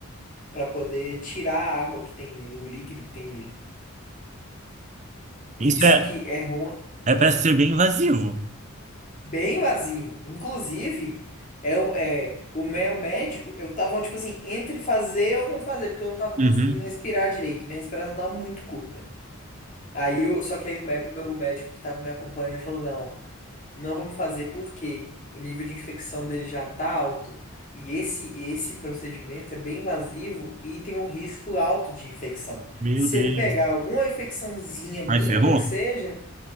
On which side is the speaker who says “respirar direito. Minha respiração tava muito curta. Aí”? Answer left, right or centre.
Left